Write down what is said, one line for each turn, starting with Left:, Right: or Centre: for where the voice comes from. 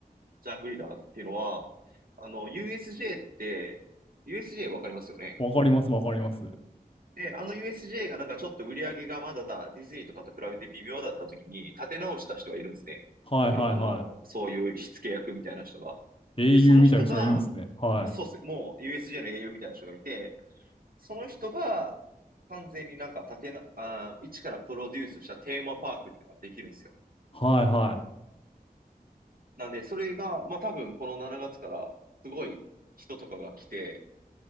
Right: ジャングリラっていうのは、あの、USJ って、USJ わかりますよね。
Left: わかります、わかります。
Right: で、あの USJ がなんかちょっと売り上げがまだディズニーとかと比べて微妙だった時に立て直した人がいるんですね。
Left: はいはいは
Right: プロあの、そういう火付け役みたいな人が。
Left: い。英雄みたいな人がいるんですね。
Right: で、その人が、
Left: はい。
Right: そうっす、もう USJ の栄養みたいな人がいて、その人が完全になんか立てな、あー、一からプロデュースしたテーマパークっていうのができるんですよ。
Left: はいは
Right: なんで、それが、まあ多分この7月からすごい人とかが来て、